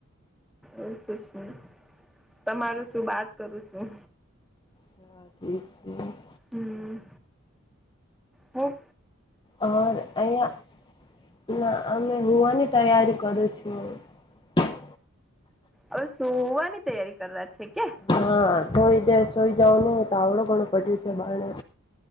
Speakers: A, in the centre; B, on the left.
A: એવ નહી તમારું શું વાત કરું છુ. હ
B: હ ઠીક ઠીક
A: હમ્મ, હા.
B: અ અયા ના અમેં હુવાની તૈયારી કરું છું.
A: હવે સોવાની તૈયારી કરવાયા છે કે?
B: હા થોડી દેર સોઈ જાવ ને તો આવડું ઘણું પડ્યું છે બારને.